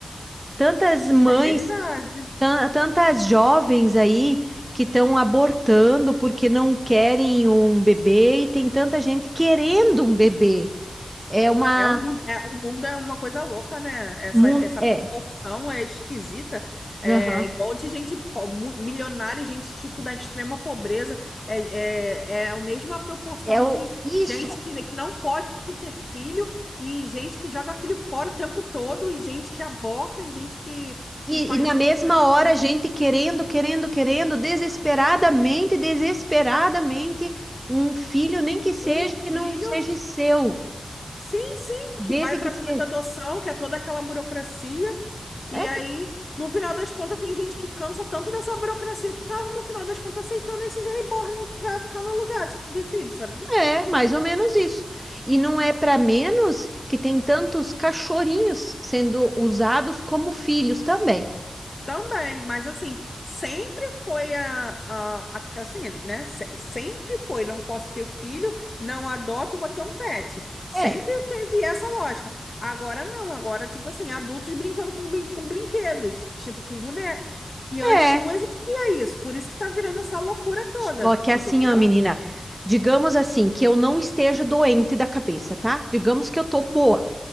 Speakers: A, on the right; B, on the left.
A: tantas mães,
B: é verdade.
A: tan- tantas jovens aí que estão abortando porque não querem um bebê e tem tanta gente querendo um bebê. É uma.
B: É um, mundo- é, o mundo é uma coisa louca, né? Essa,
A: mun-
B: essa
A: É.
B: proporção é esquisita. É
A: Aham.
B: igual de gente po- mu- milionária, gente tipo da extrema pobreza. É, é, é a mesma proporção
A: É o...
B: de
A: isso.
B: gente que, que não pode ter filho e gente que joga filho fora o tempo todo, e gente que aborta, e gente que, que
A: E,
B: faz
A: e na
B: isso,
A: mesma
B: faz
A: hora,
B: aquilo.
A: a gente querendo, querendo, querendo, desesperadamente, desesperadamente, um filho, nem que seja
B: Um
A: que não
B: filho.
A: seja seu,
B: Sim, sim,
A: desde
B: que vai para
A: que seja.
B: fila de adoção, que é toda aquela burocracia. E
A: É,
B: aí, no final das contas, tem gente que cansa tanto dessa burocracia que tá, no final das contas, aceitando esses reborn para ficar no lugar de, de filho, sabe?
A: é, mais ou menos isso. E não é para menos que tem tantos cachorrinhos sendo usados como filhos também.
B: Também, mas assim, sempre foi a, a, a- assim, né? se- Sempre foi, não posso ter filho, não adoto, vou ter um pet. Sempre
A: É,
B: teve essa lógica. Agora não, agora, tipo assim, adultos brincando com, brin- com brinquedos, tipo com bonecas. E antes
A: é.
B: não existia isso, por isso que tá virando essa loucura toda,
A: Só que assim,
B: entendeu?
A: ó, menina, digamos assim, que eu não esteja doente da cabeça, tá? Digamos que eu tô boa.